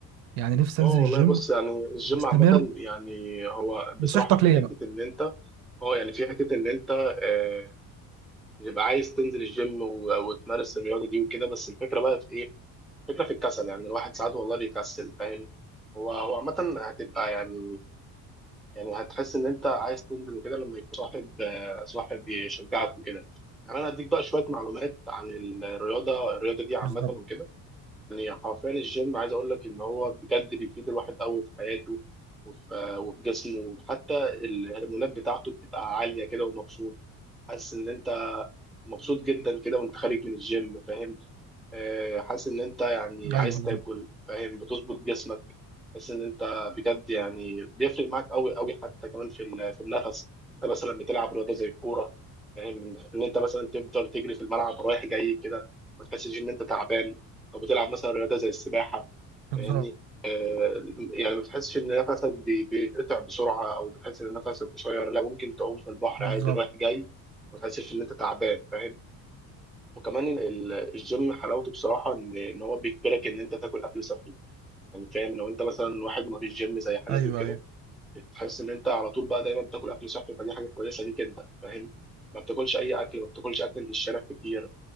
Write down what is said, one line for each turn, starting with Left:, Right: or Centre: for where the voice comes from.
Right: يعني نفسي
Centre: اه
Right: انزل
Centre: والله
Right: الجيم
Centre: بص يعني الجيم
Right: استمر
Centre: عامة يعني هو بصراحة
Right: نصيحتك
Centre: في
Right: ليا
Centre: حتة
Right: بقى
Centre: ان انت اه يعني في حتة ان انت آه، بتبقى عايز تنزل الجيم و- وتمارس الرياضة دي وكده بس الفكرة بقى في ايه؟ الفكرة في الكسل يعني الواحد ساعات والله بيكسل فاهم؟ هو هو عامة هتبقى يعني يعني هتحس ان انت عايز تنزل وكده لما يكون صاحب آه، صاحب يشجعك وكده يعني انا هديك بقى شويه معلومات عن الرياضه الرياضه دي عامه
Right: بالظبط
Centre: وكده يعني حرفيا الجيم عايز اقول لك ان هو بجد بيفيد الواحد قوي في حياته وفي آه، وفي جسمه وحتى الهرمونات بتاعته بتبقى عاليه كده ومبسوط حاسس ان انت مبسوط جدا كده وانت خارج من الجيم فاهم آه، حاسس ان انت يعني عايز
Right: ايوه بالظبط
Centre: تاكل فاهم بتظبط جسمك حاسس ان انت بجد يعني بيفرق معاك قوي قوي حتى كمان في ال- في النفس انت مثلا بتلعب رياضه زي الكوره فاهم ان إن انت مثلا تفضل تجري في الملعب رايح جاي كده ما تحسش ان انت تعبان او بتلعب مثلا رياضه زي السباحه
Right: بالظبط
Centre: فاهمني آه، يعني ما بتحسش ان نفسك بي- بيتقطع بسرعه او بتحس ان نفسك قصير لا ممكن تعوم في البحر
Right: بالظبط
Centre: عادي رايح جاي ما تحسش ان انت تعبان فاهم وكمان ال- ال- الجيم حلاوته بصراحه ان ان هو بيجبرك ان انت تاكل اكل صحي يعني فاهم لو انت مثلا واحد ما فيش جيم زي حالاتي
Right: ايوه
Centre: وكده
Right: ايوه
Centre: تحس ان انت على طول بقى دايما بتاكل اكل صحي فدي حاجه كويسه ليك انت فاهم ما بتاكلش اي اكل ما بتاكلش اكل من الشارع كتير